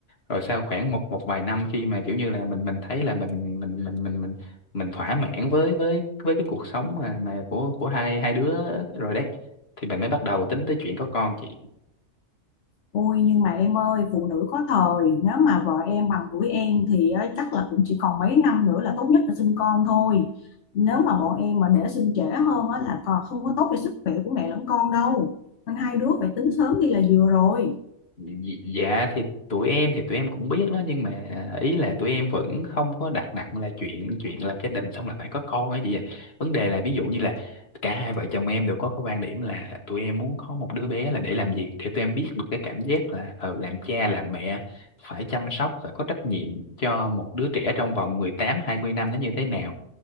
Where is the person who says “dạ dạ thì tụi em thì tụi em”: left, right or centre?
Left